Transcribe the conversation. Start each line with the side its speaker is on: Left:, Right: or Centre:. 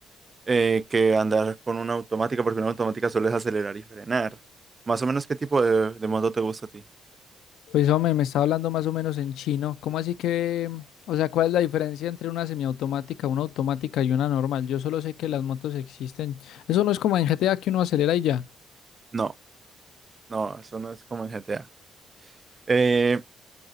Right: eh, que andar con una automática porque una automática suele acelerar y frenar. Más o menos, ¿qué tipo de, de moto te gusta a ti?
Left: Pues hombre, me está hablando más o menos en chino. ¿Cómo así que, o sea, cuál es la diferencia entre una semiautomática, una automática y una normal? Yo solo sé que las motos existen. Eso no es como en GTA que uno acelera y ya.
Right: No, no, eso no es como en GTA. Eh,